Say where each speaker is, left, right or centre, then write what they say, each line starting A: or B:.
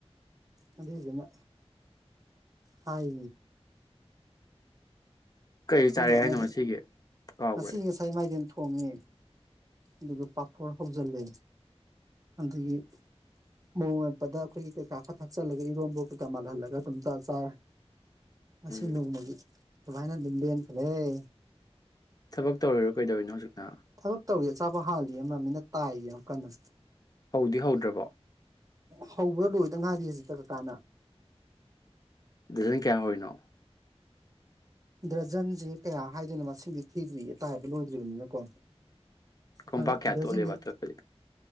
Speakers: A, on the right; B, on the left.
A: ꯑꯗꯨꯗꯁꯤꯅ ꯍꯥꯏ
B: ꯀꯩ
A: ꯁꯣꯟꯕ
B: ꯆꯥꯔꯦ
A: ꯑꯃ
B: ꯍꯥꯏꯅꯣ ꯉꯁꯤꯒꯤ ꯀꯥꯎꯈ꯭ꯔꯦ
A: ꯉꯁꯤ ꯉꯁꯥꯏ ꯃꯥꯏꯊꯦꯟ ꯀꯃꯦ ꯑꯗꯨꯗꯒꯤ ꯄꯥꯄꯣꯔ ꯍꯧꯖꯤꯜꯂꯦ ꯑꯗꯒꯤ ꯃꯑꯣꯡ ꯎꯠꯄꯗ ꯑꯩꯈꯣꯏꯒꯤ ꯀꯩꯀꯥ ꯈꯔ ꯊꯛꯆꯜꯂꯒ ꯏꯔꯣꯝꯝꯕ ꯀꯩꯀꯥ ꯃꯥꯜꯍꯜꯂꯒ ꯑꯗꯨꯝ ꯆ ꯆꯥꯔꯦ ꯃꯁꯤ
B: ꯎꯝ
A: ꯅꯣꯡꯃꯒꯤ ꯁꯃꯥꯏꯅꯜꯂꯤ ꯁꯤꯣꯏ
B: ꯊꯕꯛ ꯇꯧꯔꯤꯔꯣ ꯀꯩꯗꯧꯔꯤꯅꯣ ꯍꯧꯖꯤꯛꯅ
A: ꯊꯕꯛ ꯇꯧꯋ ꯑꯆꯥꯄ ꯍꯥꯜꯂꯤ ꯑꯃꯝ ꯃꯤꯅ ꯇꯥꯏꯌꯦ ꯑꯃꯨꯛ ꯀꯟꯅ
B: ꯍꯧꯗꯤ ꯍꯧꯗ꯭ꯔꯕꯣ
A: ꯍꯧꯕ꯭ꯔ ꯂꯣꯏꯗ ꯉꯥꯏꯗꯤ ꯍꯧꯖꯤꯛꯇ ꯀꯀꯥꯅ
B: ꯗꯤꯖꯥꯏꯟ ꯀꯌꯥ ꯑꯣꯏꯔꯤꯅꯣ
A: ꯗ꯭ꯔꯖꯟꯁ ꯀꯌꯥ ꯍꯥꯏꯗꯣꯏꯅ ꯃꯁꯤꯡꯗꯤ ꯊꯤꯗ꯭ꯔꯤ ꯑꯇꯥꯏꯕ ꯂꯣꯏꯗ꯭ꯔꯤꯕꯅꯤꯅꯀꯣ
B: ꯀꯣꯝꯄꯥꯛ
A: ꯍꯥꯏ
B: ꯀꯌꯥ ꯇꯣꯠꯂꯦꯕ
A: ꯁꯅꯤ
B: ꯑꯇꯣꯞꯄꯗꯤ